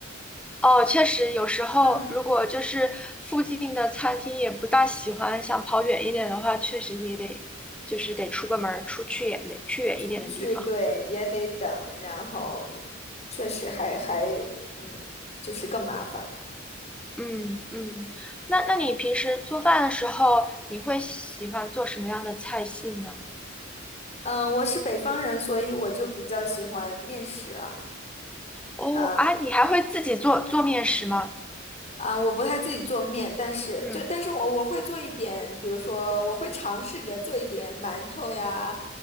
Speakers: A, in the centre; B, on the left.
A: 哦，确实，有时候如果就是附近的餐厅也不大喜欢，
B: 嗯嗯，
A: 想跑远一点的话，确实也得就是得出个门儿，出去远点，去远一点的地方。
B: 出去对也得等，然后也确实还还嗯，就是更麻烦。
A: 嗯嗯，那那你平时做饭的时候，你会喜欢做什么样的菜系呢？
B: 嗯，我是北方人，所以我就比较喜欢面食啊。
A: 哦啊，
B: 呃
A: 你还会自己做做面食吗？
B: 啊，我不太自己做面，但是就但是我我会做一点，
A: 嗯，
B: 比如说我会尝试着做一点馒头呀，